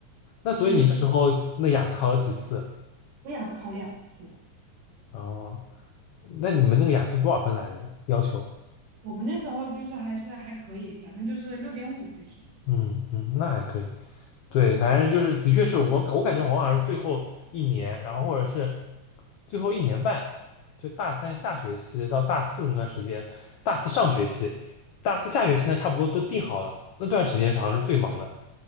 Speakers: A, on the left; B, on the right.
A: 那所以你那时候那雅思考了几次？
B: 对，我雅思考两次。
A: 哦，那你们那个雅思多少分来着的要求？
B: 我们那时候就是还是还可以，反正就是六点五就行。
A: 嗯嗯，那还可以。对，反正就是的确是我我感觉我好像是最后一年，然后或者是最后一年半，就大三下学期到大四那段时间，大四上学期，大四下学期呢，差不多都定好了。那段时间好像是最忙的。